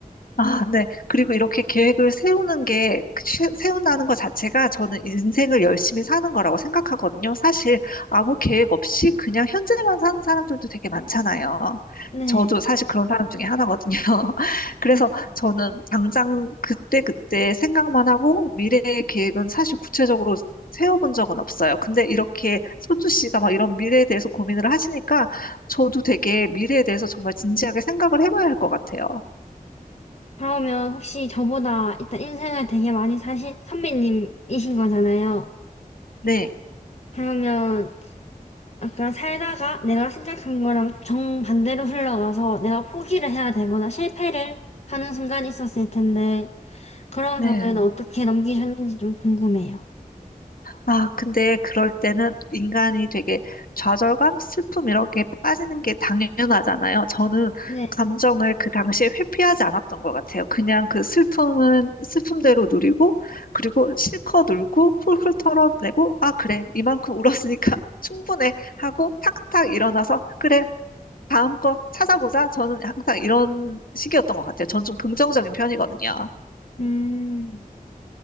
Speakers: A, on the left; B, on the left.
A: 아, 네. 그리고 이렇게 계획을 세우는 게, 그 시- 세운다는 것 자체가 저는 인생을 열심히 사는 거라고 생각하거든요. 사실 아무 계획 없이 그냥 현재만 사는 사람들도 되게 많잖아요.
B: 네.
A: 저도 사실 그런 사람 중에 하나거든요. <laughs> 그래서
B: <laughs>
A: 저는 당장 그때그때 생각만 하고 미래의 계획은 사실 구체적으로 세워본 적은 없어요. 근데 이렇게 손주 씨가 막 이런 미래에 대해서 고민을 하시니까 저도 되게 미래에 대해서 정말 진지하게 생각을 해봐야 할 것 같아요.
B: 그러면 혹시 저보다 일단 인생을 되게 많이 사신 선배님이신 거잖아요.
A: 네.
B: 그러면 약간 살다가 내가 생각한 거랑 정반대로 흘러가서 내가 포기를 해야 되거나 실패를 하는 순간이 있었을 텐데 그런
A: 네.
B: 경우에는 어떻게 넘기셨는지 좀 궁금해요.
A: 아, 근데 그럴 때는 인간이 되게 좌절감, 슬픔 이런 게 빠지는 게 당연하잖아요. 저는
B: 네.
A: 감정을 그 당시에 회피하지 않았던 것 같아요. 그냥 그 슬픔은 슬픔대로 누리고, 그리고 실컷 울고, 훌훌 털어내고, 아, 그래. 이만큼 울었으니까 <laughs> 충분해. 하고 탁탁 일어나서, 그래. 다음 거 찾아보자. 저는 항상 이런 식이었던 것 같아요. 전 좀 긍정적인 편이거든요.
B: 음,